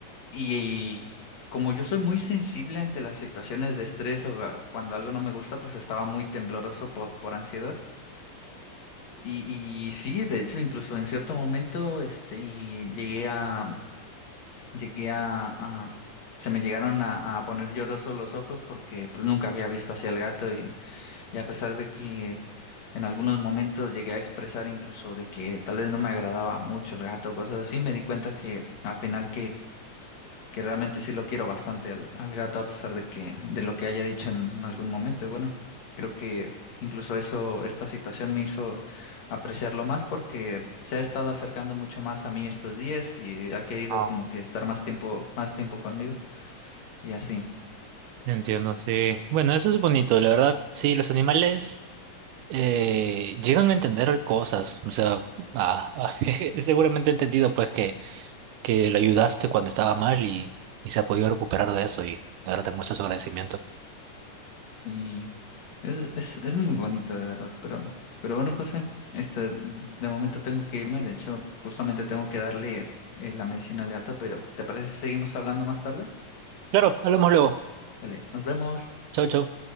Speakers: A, on the left; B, on the right.
A: y como yo soy muy sensible ante las situaciones de estrés o a- cuando algo no me gusta, pues estaba muy tembloroso por, por ansiedad. Y, y sí, de hecho, incluso en cierto momento, este, llegué a, llegué a, a- se me llegaron a, a poner llorosos los ojos porque pues, nunca había visto hacia el gato y, y a pesar de que en algunos momentos llegué a expresar incluso de que tal vez no me agradaba mucho el gato, cosas así, me di cuenta que al final que realmente sí lo quiero bastante al, al gato, a pesar de que, de lo que haya dicho en algún momento. Y bueno, creo que incluso eso, esta situación me hizo apreciarlo más porque se ha estado acercando mucho más a mí estos días y ha querido
B: Ah,
A: como que estar más tiempo, más tiempo conmigo y así.
B: Entiendo, sí. Bueno, eso es bonito, la verdad, sí, los animales eh, llegan a entender cosas, o sea, ah, ah, <laughs> seguramente he entendido pues que, que le ayudaste cuando estaba mal y, y se ha podido recuperar de eso y ahora te muestra su agradecimiento.
A: Y es, es, es muy bonito, de verdad. Pero, pero bueno, José, este, de momento tengo que irme. De hecho, justamente tengo que darle eh, la medicina al gato, pero ¿te parece si seguimos hablando más tarde?
B: Claro, hablamos luego.
A: Dale, nos vemos.
B: Chau, chau.